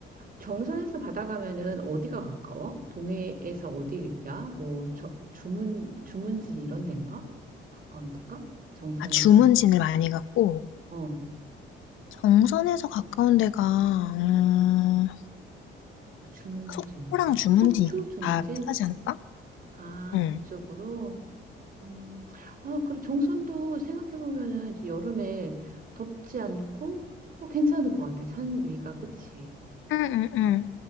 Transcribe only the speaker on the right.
경선에서 받아가면은 어디가 가까워? 동해에서 어디야? 뭐 저, 주문 주문진 이런 데인가? 가까운 데가? 정선에서
어
주문진
속초
주문진
아
그쪽으로 음, 아 그리고 정선도 생각해 보면은 이제 여름에 덥지 않고 뭐 괜찮을 것 같아 산 위가 그치?